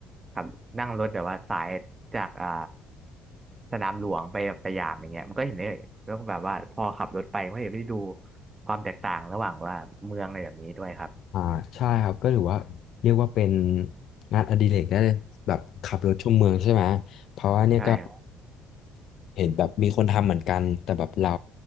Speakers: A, on the right (about 20°); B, on the left (about 60°).
A: ครับนั่งรถแบบว่าสายจากอ่าสนามหลวงไปแบบสยามอย่างเงี้ยมันก็เห็นได้แล้วก็แบบว่าพอขับรถไปมันก็เห็นได้ดูความแตกต่างระหว่างว่าเมืองอะไรแบบนี้ด้วยครับ
B: อ่าใช่ครับก็ถือว่าเรียกว่าเป็นงานอดิเรกได้เลยแบบขับรถชมเมืองใช่ไหมเพราะว่าเนี่ยก็
A: ใช่ครับ
B: เห็นแบบมีคนทำเหมือนกันแต่แบบเรา